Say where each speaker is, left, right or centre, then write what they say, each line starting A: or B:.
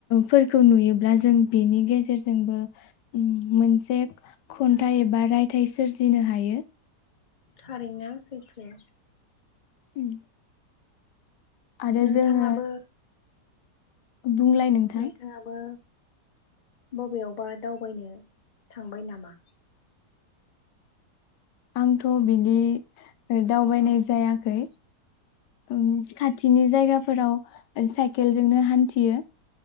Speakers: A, on the left (about 80°); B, on the left (about 30°).
A: फोरखौ नुयोब्ला जों बेनि गेजेरजोंबो मोनसे खन्थाइ एबा रायथाइ सोरजिनो हायो।
B: थारैनो सैथो
A: <inaudible> आरो
B: नोंथाङाबो
A: जोङो बुंलाय नोंथां
B: नोंथाङाबो बबेयावबा दावबायनो थांबाय नामा?
A: आंथ' बिदि दावबायनाय जायाखै ओम खाथिनि जायगाफोराव साइकेलजोंनो हान्थियो